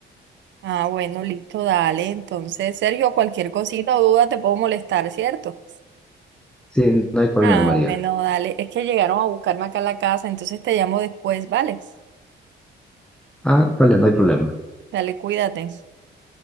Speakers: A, on the right; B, in the centre.
A: Ah, bueno, listo, dale. Entonces, Sergio, cualquier cosita o duda te puedo molestar, ¿cierto?
B: Sí, no hay problema,
A: Ah,
B: María.
A: bueno, dale. Es que llegaron a buscarme acá a la casa, entonces te llamo después, ¿vale?
B: Ah, vale, no hay problema.
A: Dale, cuídate.